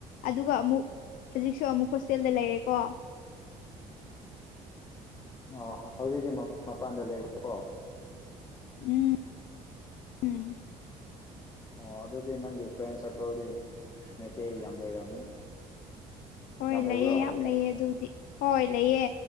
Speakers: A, on the left; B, on the left.
A: ꯑꯗꯨꯒ ꯑꯃꯨꯛ ꯍꯧꯖꯤꯛꯁꯨ ꯑꯃꯨꯛ ꯍꯣꯁꯇꯦꯜꯗ ꯂꯩꯔꯦꯀꯣ
B: ꯑꯣ ꯍꯧꯖꯤꯛꯇꯤ ꯃꯄꯟ ꯃꯄꯥꯟꯗ ꯂꯩꯕꯀꯣ
A: ꯎꯝ ꯎꯝ
B: ꯑꯣ ꯑꯗꯨꯗꯤ ꯅꯪꯒꯤ ꯐ꯭ꯔꯦꯟ ꯁꯥꯔꯀꯜꯗꯤ ꯃꯩꯇꯩ ꯌꯥꯝ ꯂꯩꯔꯝꯅꯤ
A: ꯍꯣꯏ
B: ꯌꯥꯝ
A: ꯂꯩꯌꯦ
B: ꯂꯩꯕ꯭ꯔꯣ
A: ꯌꯥꯝ ꯂꯩꯌꯦ ꯑꯗꯨꯕꯨꯗꯤ ꯍꯣꯏ ꯂꯩꯌꯦ